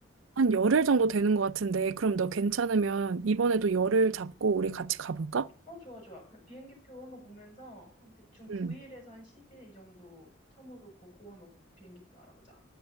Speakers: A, on the right (about 80°); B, on the left (about 40°).
A: 한 열흘 정도 되는 것 같은데, 그럼 너 괜찮으면 이번에도
B: 음.
A: 열흘 잡고 우리 같이 가볼까?
B: 어, 좋아, 좋아. 그냥 비행기표 한번 보면서 한 대충 9일에서
A: 음,
B: 한 10일 이 정도 텀으로 보고 한번 비행기표 알아보자.